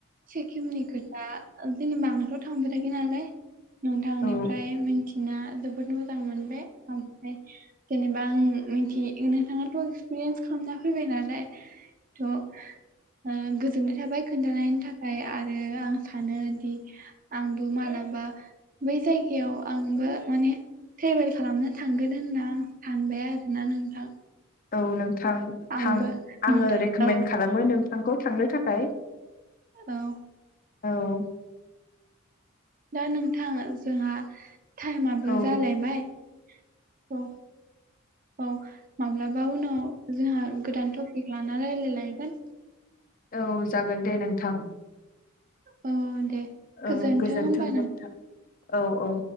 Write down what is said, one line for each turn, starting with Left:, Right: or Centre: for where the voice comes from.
Right: सिक्किमनि खोथा जोंनि बांद्र' थांफेराखै नालाय नोंथांनिफ्रायथि
Left: औ
Right: मिथिना जोबोद मोजां मोनबाय ओमफ्राय जेनेबा आं मिथि नो थाङाथ' एक्सपिरियेन्स खालामना फैबाय नालाय थ' गोजोननाय थाबाय खोन्थानायनि थाखाय आरो आं सानो दि आंबो मालाबा बै जायगायाव आंबो माने ट्रेभेल खालामनो थांगोन होनना आं सानबाय आरोना नोंथां
Left: औ नोंथां
Right: आंबो
Left: थां
Right: नोंथां
Left: आङो रेकमेन्ड
Right: औ
Left: खालामो नोंथांखौ थांनो थाखाय।
Right: औ।
Left: औ।
Right: दा नोंथां जोंहा टाइमाबो
Left: औ
Right: जालायबाय औ। औ माब्लाबा उनाव जोंहा गोदान टपिक लानानै रायज्लाय लायगोन।
Left: औ जागोन दे नोंथां।
Right: औ दे।
Left: ओ
Right: गोजोनथों
Left: गोजोन्थों
Right: होमबा
Left: नोंथां औ औ।